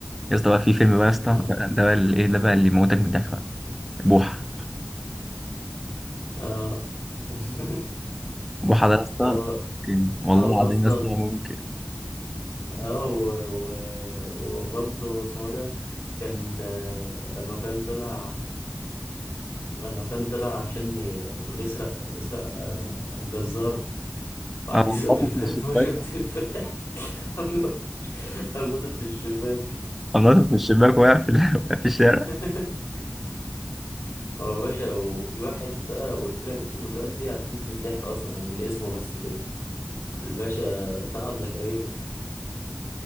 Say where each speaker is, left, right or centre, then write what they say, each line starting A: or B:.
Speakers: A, in the centre; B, on the left.
A: يا اسطى بقى في فيلم
B: <laughs>
A: بقى يا اسطى
B: اه
A: ده ده بقى اللي ايه ده بقى اللي يموتك من الضحك بقى بوحة
B: اه <laughs>
A: بوحة ده يا اسطى
B: هو
A: ممكن والله
B: هو
A: العظيم
B: أصلا
A: يا اسطى ممكن
B: اه و- و- وبرضه اسمه إيه ده كان آه، لما كان طلع أيوة كان طلع عشان ي- يسرق يسرق آه، الجزار وقعد
A: انا بنطط
B: يزق الباب
A: من الشباك
B: <laughs> فشرة تتفتح قام نطت قام نطت في الشباك
A: نطت من الشباك وقع في وقع <laughs> في الشارع
B: <laughs> هو باشا وفي واحد بقى لو قلت لك اسمه دلوقتي هتموت من الضحك أصلا يعني من اسمه بس كده الباشا طلعت زكريا